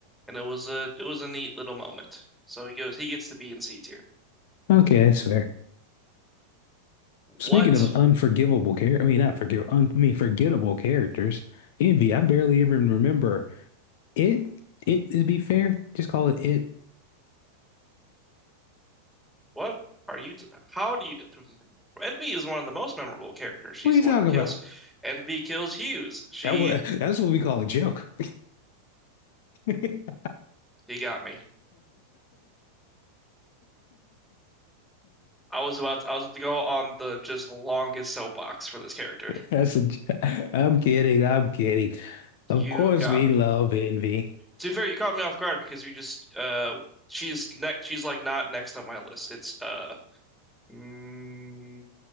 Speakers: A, in the centre; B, on the left.
A: And it was a it was a neat little moment. So he goes he gets to be in C tier.
B: Okay, that's fair.
A: What
B: Speaking of unforgivable character, I mean not forgive, un I mean forgettable characters. Envy, I barely even remember it. It to be fair, just call it it.
A: What are you? T how do you? <laughs> Envy is one of the most memorable characters. She's
B: What are you
A: the
B: talking
A: one who kills.
B: about?
A: Envy kills Hughes. She
B: That wa- that's what we call a joke. <laughs>
A: he got me. I was about to, I was about to go on the just longest soapbox for this character.
B: That's a, j- I'm kidding. I'm kidding. Of
A: You
B: course,
A: got
B: we
A: me.
B: love envy.
A: To be fair, you caught me off guard because you just uh she's next. She's like not next on my list. It's uh mm,